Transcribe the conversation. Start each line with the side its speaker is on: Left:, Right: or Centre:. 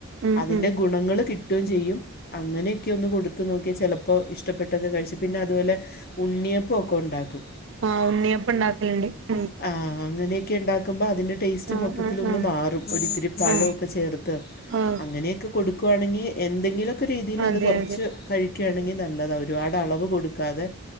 Right: ഉം
Left: അതിന്റെ
Right: ഉം
Left: ഗുണങ്ങള് കിട്ടും ചെയ്യും അങ്ങനെക്ക്യോന്ന് കൊടുത്തു നോക് ചെലപ്പോ ഇഷ്ടപ്പെട്ടൊക്കെ കഴിച്ചു പിന്നെ അതുപോലെ ഉണ്ണിയപ്പൊക്കെ ഉണ്ടാക്കും
Right: ആഹ് ഉണ്ണിയപ്പം ണ്ടാക്കലണ്ട് ഉം
Left: ആഹ്‌ അങ്ങനെക്കെ ഇണ്ടാക്കുമ്പോ അതിൻ്റെ ടേസ്റ്റ്
Right: ആ
Left: മൊത്തത്തിലൊന്ന്
Right: ആ ആ
Left: മാറും ഒര്ത്തിരി പഴൊക്കെ
Right: ആ
Left: ചേർത്ത്
Right: ആ
Left: അങ്ങനേക്കെ കൊടുക്കുവാണെങ്ങി എന്തെങ്കിലൊക്കെ രീതീൽ
Right: അതെ
Left: അത് കൊറച്ച്
Right: അതെ
Left: കഴിക്കാണെങ്ങി നല്ലതാ ഒരുപാട് അളവ് കൊടുക്കാതെ